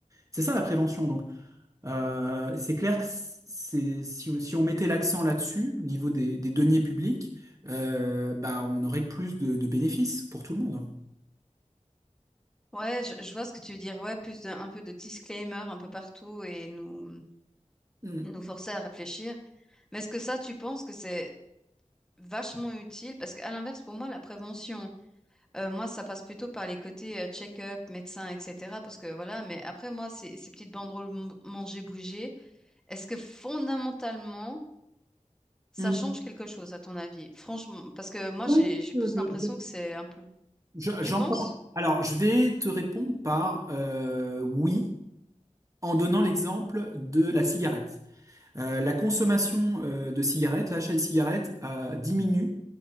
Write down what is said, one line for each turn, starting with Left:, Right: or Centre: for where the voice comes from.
Right: c'est ça la prévention. Donc euh, c'est clair que c'est si, on- si on mettait l'accent là-dessus au niveau des, des deniers publics, euh, bah on aurait plus de, de bénéfices pour tout le monde.
Centre: Ouais, je, je vois ce que tu veux dire. Ouais, plus de, un peu de disclaimer un peu partout et nous,
Right: Mm.
Centre: nous forcer à réfléchir. Mais est-ce que ça, tu penses que c'est vachement utile parce qu'à l'inverse, pour moi, la prévention, euh, moi, ça passe plutôt par les côtés euh, check-up, médecin, etc. Parce que voilà, mais après, moi, ces, ces petites banderoles m- manger, bouger, est-ce que fondamentalement, ça
Right: Mm.
Centre: change quelque chose à ton avis? Franchement, parce que moi,
Right: Oui,
Centre: j'ai, j'ai
Right: je-
Centre: plus
Right: je-
Centre: l'impression
Right: je-
Centre: que c'est un peu.
Right: je- j'entends.
Centre: Tu penses?
Right: Alors, je vais te répondre par euh, oui. en donnant l'exemple de la cigarette. Euh, la consommation euh, de cigarettes, l'achat de cigarettes euh, diminue